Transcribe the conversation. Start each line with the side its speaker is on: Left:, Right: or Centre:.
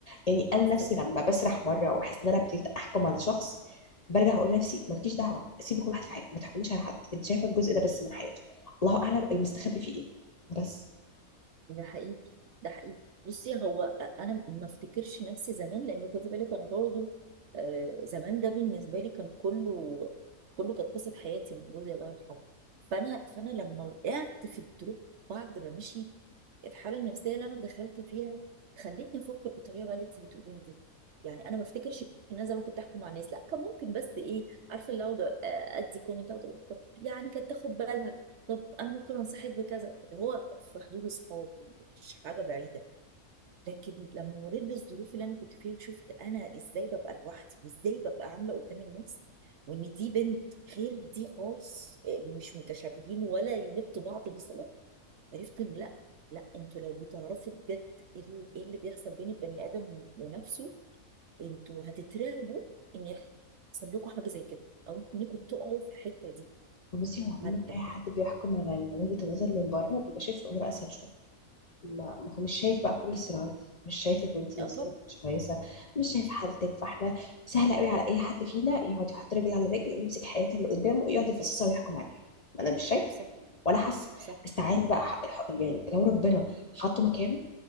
Left: يعني انا
Right: صح
Left: نفسي لما بسرح مره واحس ان انا ابتديت احكم على شخص برجع اقول لنفسي مالكيش دعوه سيبي كل واحد في حاله ما تحكميش على حد انت شايفه الجزء ده بس من حياته الله اعلم المستخبي فيه ايه بس
Right: ده حقيقي ده حقيقي بصي هو أ- انا ما افتكرش نفسي زمان لان خدي بالك انا برضو آه، زمان ده بالنسبه لي كان كله كله كانت قصه حياتي من جوزي الله يرحمه فانا فانا لما وقعت في الدروب بعد ما مشي الحاله النفسيه اللي انا دخلت فيها خلتني افكر بالطريقه بقى اللي انت بتقوليها دي يعني انا ما افتكرش ان انا زمان كنت احكم مع الناس لا كان ممكن بس ايه عارفه اللي اقعد ادي كومنت أقعد أقول طب يعني كانت تاخد بالها طب انا ممكن انصحك بكذا اللي هو في حدود الصحاب مش حاجه بعيده لكن لما مريت بالظروف اللي انا كنت فيها وشفت انا ازاي ببقى لوحدي وازاي ببقى عامله قدام الناس وان دي بنت غير دي خالص آه، مش متشابهين ولا يمتوا بعض بصله عرفت ان لا لا انتوا لو بتعرفوا بجد ايه ال- إيه اللي بيحصل بين البني ادم ونفسه انتوا هتترعبوا ان يحصل لكم حاجه زي كده او انكم تقعوا في الحته دي
Left: بصي هو عموما
Right: هت
Left: اي
Right: هت
Left: حد بيحكم على وجهه النظر من بره بيبقى شايف الامور اسهل شويه ما ما هو مش شايف بقى كل الصراعات دي مش شايفك وانت نفسيا
Right: اه طب
Left: مش كويسه مش شايف حالتك فاحنا سهل قوي على اي حد فينا يقعد يحط رجل على رجل ويمسك حياة اللي قدامه ويقعد يفصصها ويحكم عليها ما انا مش شايفه
Right: صح
Left: ولا حاسه
Right: صح
Left: بس تعالي بقى ح- ح- يعني لو ربنا حطه مكانه